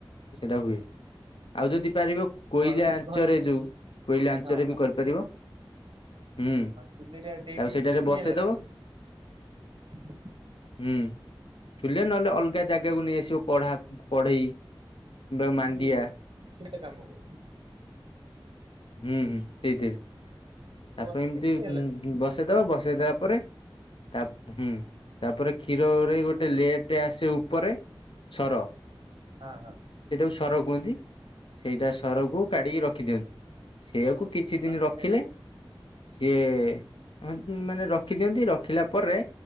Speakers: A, on the left; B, on the right.
A: ସେଇଟା ହୁଏ, ଆଉ ଯଦି ପାରିବ କୋଇଲା
B: ଘରେ
A: ଆଞ୍ଚରେ
B: ଘଷି
A: ଯୋଉ କୋଇଲା ଆଞ୍ଚରେ
B: ହଁ ହଁ
A: ବି କରିପାରିବ ହୁଁ,।
B: ଚୁଲି ରେ ଦେଇ
A: ଆଉ
B: ଦେଇକି
A: ସେଇଟାରେ ବସେଇଦବ
B: ନିଆଁ ଲଗେଇଦବେ।
A: ହୁଁ ଚୁଲେ ନହେଲେ ଅଲଗା ଜାଗାକୁ ନେଇଆସିବ କଢା କଢେଇ କିମ୍ବା
B: ଆମର
A: ମାଣ୍ଡିଆ
B: ଯୋଉ <unintelligible> କାମ ହୁଏନି
A: ହୁଁ, ହୁଁ, ସେଇଥିରେ
B: ସେଥିରେ
A: ତାପ
B: ବସେଇ
A: ଏମତି
B: ଦେଇକି ନିଆଁ
A: ଉଁ,
B: ଲଗେଇବେ।
A: ବସ ସେଦବ, ବସେଇଦେଲା ପରେ ତା ହୁଁ, ତାପରେ କ୍ଷୀରରେ ଗୋଟେ ଲେୟାର୍ ଟେ ଆସେ ଉପରେ ସର
B: ହଁ, ହଁ।
A: ସେଇଟାକୁ ସର କୁହନ୍ତି, ସେଇଟା ସରକୁ କାଢିକି ରଖିଦିଅନ୍ତି, ସେଇଆକୁ କିଛି
B: ହଁ
A: ଦିନ
B: ରଖି
A: ରଖିଲେ
B: ସାଇଲା ପରେ
A: ସିଏ <unintelligible> ମାନେ ରଖିଦିଅନ୍ତି, ରଖିଲା ପରେ